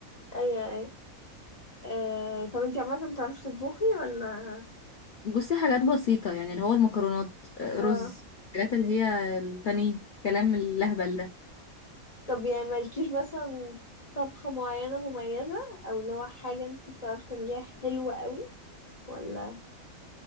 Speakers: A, on the left; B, on the left.
A: ايوه ايوه آه طب انتي عامة بتعرفي تطبخي ولا
B: بصي حاجات بسيطة يعني اللي هو المكرونات آه،
A: اه
B: رز الحاجات اللي هي الفني كلام اللهبل ده
A: طب يعني مالكيش مثلا طبخة معينة مميزة او اللي هو حاجة انتي بتعرفي تعمليها حلوة قوي ولا